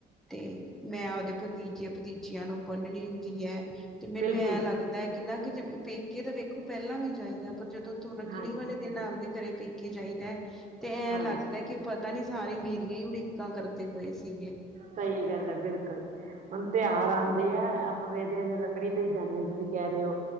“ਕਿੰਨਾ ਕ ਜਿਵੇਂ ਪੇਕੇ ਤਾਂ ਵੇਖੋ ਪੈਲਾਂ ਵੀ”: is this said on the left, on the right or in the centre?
Centre